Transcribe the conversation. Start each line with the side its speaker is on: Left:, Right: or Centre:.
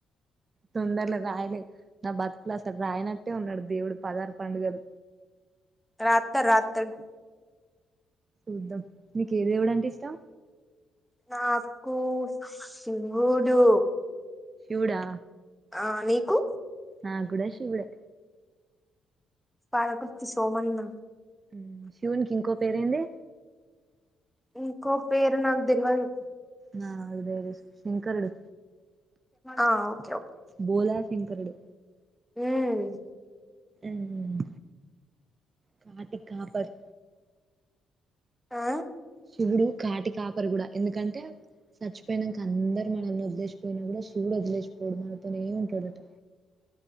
Right: తొందరలో రాయలే నా బతుకులో అస్సల్ రాయన ట్టే ఉన్నాడు దేవుడు పదారు పండుగలు
Centre: రాత్త రాత్తడు
Right: చూద్దాం నీకే దేవుడు అంటే ఇష్టం
Centre: నాకు శివుడు
Right: శివుడా
Centre: ఆ నీకు
Right: నా గూడ శివుడె
Centre: పాలకుర్తి సోమన్న
Right: మ్మ్ శివునికి ఇంకో పేరు ఏంది
Centre: ఇంకో పేరు నాకు దెల్వదు
Right: నాది బేరే శంకరుడు
Centre: ఆవ్
Right: బోలా శంకరుడు
Centre: హ్మ్
Right: మ్మ్ కాటి కాపర్
Centre: ఆ
Right: శివుడు కాటి కాపరి గూడ ఎందుకంటే చచ్చిపోయినాంక అందరు మనల్ని వదిలేసిపోయినా కూడా శివుడు వదిలేసిపోడు మనతోనే ఉంటాడట.